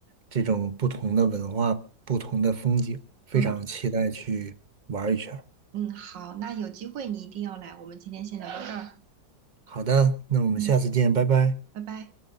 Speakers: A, on the right; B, on the right.
A: 这种不同的文化、不同的风景，非常期待去玩一圈儿
B: 嗯嗯，好，那有机会你一定要来，我们今天先聊到这儿，
A: 好的，那我们下次见，
B: 嗯，
A: 拜拜。
B: 拜拜。